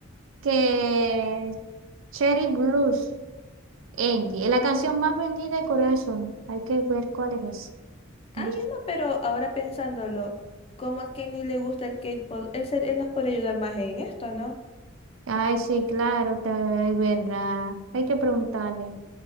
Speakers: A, on the right; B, on the left.
A: que Cherry Blues, Angie,
B: Mm.
A: es la canción más vendida de Corea del Sur. Hay que ver cuál es esa.
B: Ay,
A: Blues.
B: Emma, pero ahora pensándolo, como a Kenny le gusta el K-pop, él, se- él nos puede ayudar más en esto, ¿no?
A: Ay, sí, claro, te- es verdad. Hay que preguntarle.